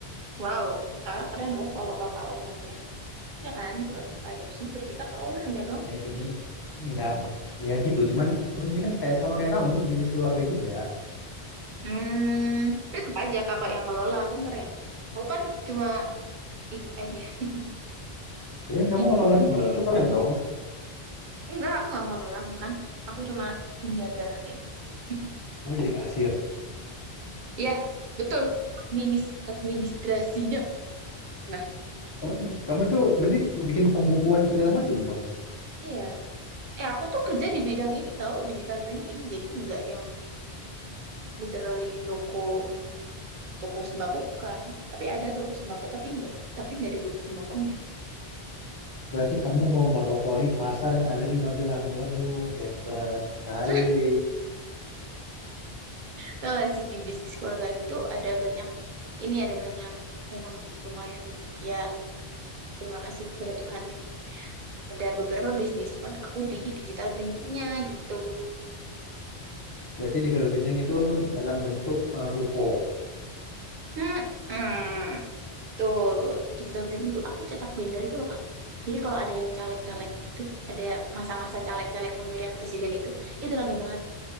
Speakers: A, on the right; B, on the left.
A: wow, kakak keren loh kalau kakak ownernya. Ya kan, kalau kakak ada di sini berarti kakak ownernya dong.
B: Ya, ini nggak ya gitu. Cuman cuman ini kan kayak sama kayak kamu bisnis keluarga juga.
A: Hmm, tapi tetap aja kakak yang ngelola kan keren. Aku kan cuma ikut aja. <laughs>
B: Tapi kan kamu
A: Ikut
B: ngelola
A: aja.
B: juga, itu keren dong.
A: Enggak, aku nggak ngelola, bukan. Aku cuma menjaga. <laughs>
B: Kamu jadi kasir.
A: Iya, betul. Administ administrasinya. Nah,
B: Kamu, kamu itu berarti bikin pembukuan segala macam dong.
A: iya. Eh, aku tuh kerja di bidang ini tahu digital printing. Jadi nggak yang literally toko toko sembako bukan. Tapi ada toko sembako tapi nggak tapi nggak di toko sembakonya.
B: Berarti kamu mau monopoli pasar yang ada di Magelang. Waduh, hebat sekali.
A: <laughs> Tahu nggak sih di bisnis keluarga itu ada banyak ini ada banyak memang lumayan ya terima kasih kepada Tuhan ada beberapa bisnis cuman aku di digital printingnya gitu.
B: Berarti di Kedai Pinang itu dalam bentuk eh, ruko.
A: Hmm. hmm. Betul, digital printing tuh aku cetak binder itu loh Kak. Jadi kalau ada yang caleg-caleg
B: Hmm.
A: itu, ada masa-masa caleg-caleg pemilihan presiden itu, itu rame banget,